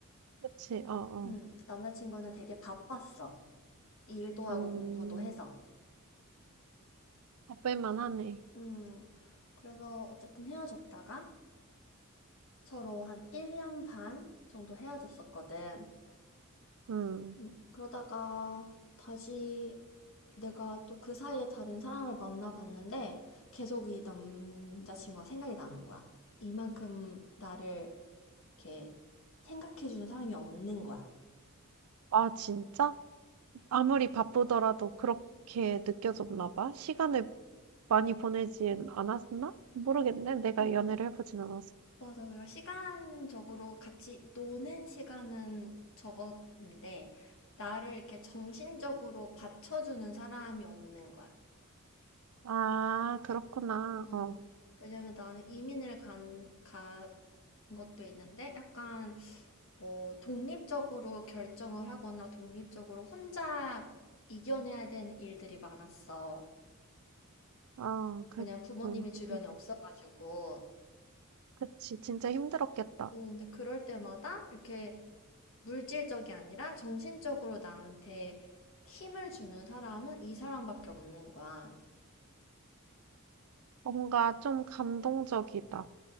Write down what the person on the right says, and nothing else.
그치, 어, 어.
음,
바쁠만 하네.
음.
아, 진짜? 아무리 바쁘더라도 그렇게 느껴졌나 봐? 시간을 많이 보내진 않았나? 모르겠네. 내가
연애를 해보진 않았어.
아, 그렇구나.
어,
어, 그,
음,
음,
그치. 진짜 힘들었겠다.
뭔가 좀 감동적이다.